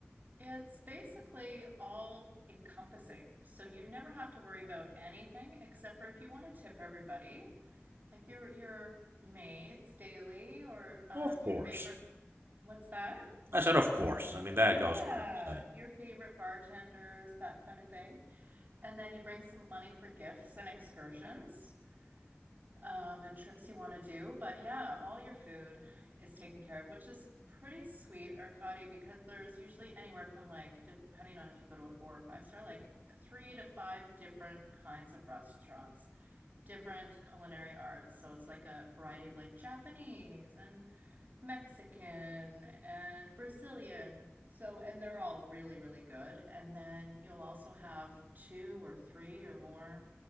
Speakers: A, on the right (about 35°); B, on the right (about 55°).
A: It's basically all encompassing. So you never have to worry about anything except for if you want to tip everybody, like your your maids daily or um
B: Of
A: your
B: course.
A: favorite what's that?
B: I said, of course. I mean, that
A: Yeah,
B: goes without saying.
A: your favorite bartenders, that kind of thing. And then you bring some money for gifts and excursions. um, and trips you want to do. But yeah, all your food is taken care of, which is pretty sweet, Arcadi, because there's usually anywhere from like, depending on if you go to a four or five star, like three to five different kinds of restaurants, different culinary arts. So it's like a variety of like Japanese and Mexican and Brazilian. So, and they're all really, really good. And then you'll also have two or three or more